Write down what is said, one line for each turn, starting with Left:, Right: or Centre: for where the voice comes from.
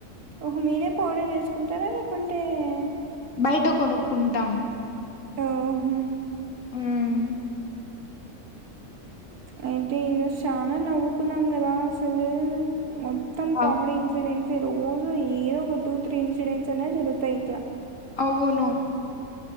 Right: ఓహో మీరే పౌడర్ వేసుకుంటారా లేకుంటే టే
Left: బయట కొనుక్కుంటాం
Right: ఓహో
Left: మ్మ్
Right: అయితే ఈరోజు చాలా నవ్వుకున్నాం కదా అసలు మొత్తం కమెడి
Left: అవ్-
Right: ఇన్సిడెంట్ రోజో ఏదో ఒక టూ త్రీ ఇన్సిడెంట్స్ అన్నా జరుగుతాయిట్లా
Left: అవును